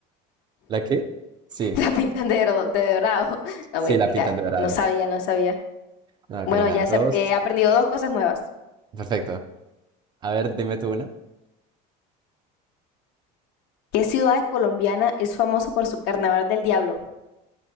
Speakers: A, on the right (about 25°); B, on the left (about 65°).
A: ¿La qué? Sí,
B: <laughs> la pintan de, dro- de dorado. <laughs> No,
A: sí,
B: mentira,
A: la pintan de dorado.
B: no sabía, no sabía.
A: No,
B: Bueno,
A: Karina,
B: ya
A: dos.
B: se- he aprendido dos cosas nuevas.
A: Perfecto. A ver, dime tú una.
B: ¿Qué ciudad colombiana es famosa por su carnaval del diablo?